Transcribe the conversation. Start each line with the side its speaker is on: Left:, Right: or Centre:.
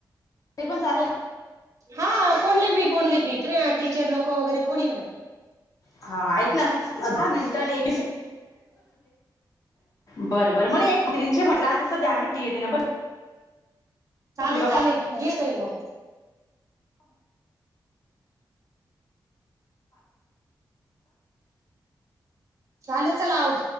Left: ते पण चालेल
Right: हा कोण लपी कोण लिपी तु टीचर लोक वगैरे कोणी
Left: हा ऐक ना दहा मिनिटं बरं बरं <inaudible> म्हटलं सध्या आम्ही टीएट ना भरपूर
Right: चालेल
Left: गप्पा
Right: चालेल येतरी मग चाले चला आव